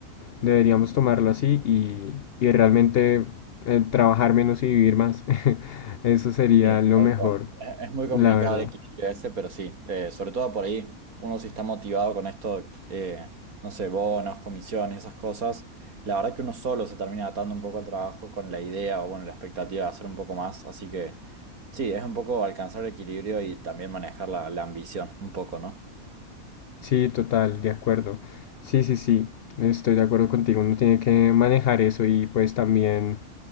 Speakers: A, on the left (about 55°); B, on the right (about 85°).
A: deberíamos tomarlo así y, y realmente eh, trabajar menos y vivir más, <laughs> eso sería
B: Sí,
A: lo
B: tal
A: mejor,
B: cual. Es, es muy complicado
A: la verdad.
B: el equilibrio ese, pero sí. eh, sobre todo por ahí, uno si está motivado con esto, eh, no sé, bonos, comisiones, esas cosas. La verdad que uno solo se termina atando un poco al trabajo con la idea o, bueno, la expectativa de hacer un poco más. Así que sí, es un poco alcanzar el equilibrio y también manejar la, la ambición un poco, ¿no?
A: Sí, total, de acuerdo. Sí, sí, sí, estoy de acuerdo contigo. Uno tiene que manejar eso y pues también,